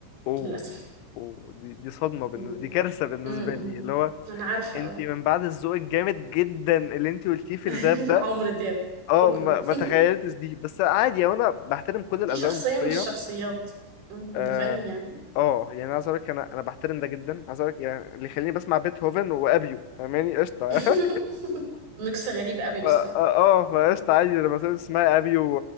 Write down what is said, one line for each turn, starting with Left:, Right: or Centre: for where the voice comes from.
Left: اوه
Right: للاسف
Left: اوه دي دي صدمه بالنسبه
Right: مم.
Left: دي كارثه بالنسبه
Right: مم.
Left: لي
Right: مم.
Left: اللي هو
Right: انا عارفه
Left: انت
Right: اه
Left: من بعد الذوق الجامد جدا اللي انت قلتيه في
Right: <laughs>
Left: الراب ده
Right: عمرو دياب
Left: اه
Right: شكرا
Left: ما, ما
Right: <laughs>
Left: تخيلتش دي بس عادي وانا بحترم كل الاذواق
Right: دي شخصيه
Left: الموسيقيه
Right: من الشخصيات مم.
Left: اه
Right: انت فاهم يعني
Left: اه، يعني عايز اقول لك انا انا بحترم ده جدا عايز اقول لك يعني اللي يخليني بسمع بيتهوفن وابيو فاهماني قشطه <laughs>
Right: <laughs> ميكس غريب قوي بصراحه
Left: اه آه، فقشطة عادي لما سمعت اسمها ابي و...